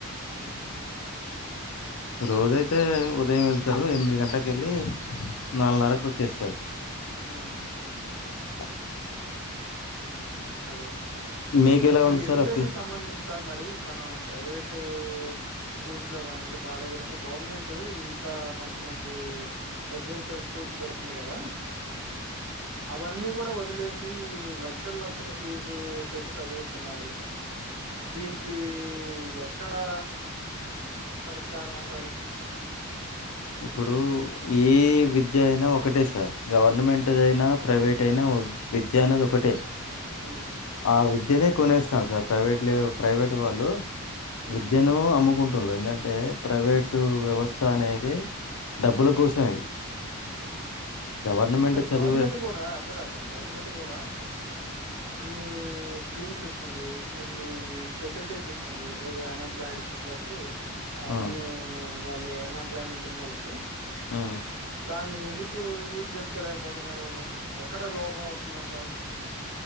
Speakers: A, on the right; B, on the left.
A: ఉమ్
B: రోజైతే ఉదయం వెళ్తారు ఎనిమిది గంటలకు వెళ్ళి నాలుగున్నరకు వచ్చేస్తారు.
A: ఉమ్
B: అట్లా
A: అదేలేండి
B: మీకు ఎలా
A: ఇప్పుడు
B: ఉంది
A: ఎడ్యుకేషన్
B: సార్ అఫీ
A: సంబంధించ సార్ మరి మన ప్రైవేటు స్కూల్స్ లో కానివ్వండి కాలేజీ లో ఉండి గవర్నమెంట్ ఇంత మంచి మంచి రెసిడెన్షియల్ స్కూల్స్ పెడుతుంది కదా అవన్నీ గూడ వొదిలేసీ లక్షల్ లక్ష క్షల ఫీజూ పెట్టి చదివిస్తున్నారూ దీని కీ యెక్కడా పరిష్కారమంటారూ
B: ఇప్పుడూ యే విద్యయినా ఒకటే సార్ గవర్నమెంటుదయినా
A: ఉమ్
B: ప్రైవేటయినా విద్య అనేదొకటే
A: ఉ
B: ఆ విద్యనే కొనేస్తాన్రు సార్ ప్రైవేట్ లే ప్రైవేటు వాళ్లూ
A: ఉమ్
B: విద్యనూ అమ్ముకుంటున్లు ఎందంటే ప్రైవేటూ వ్యవస్థ అనేదీ డబ్బుల కోసమే గవర్నమెంట్
A: మరి
B: చదువే
A: గవర్నమెంట్ కూడా అట్ల గాద్ సార్ గవర్నమెంట్ గూడా ఇన్నీ స్కీమ్స్ ఇస్తుందీ ఇన్నీ ఫెసిలిటీస్ ఇస్తుందీ ఇది అన్ఎంప్లాయిడ్ కీ ప్లస్స్ అ
B: ఆ
A: అన్ వాళ్లూ అన్ఎంప్లాయ్మెంట్ ఉన్నోళ్ళకీ
B: ఉ
A: దాన్ని ఎందుకూ యూజ్ జేసుకోలేకపోతున్నారు వాళ్ళు ఎక్కడ లోపం వస్తుందంటారు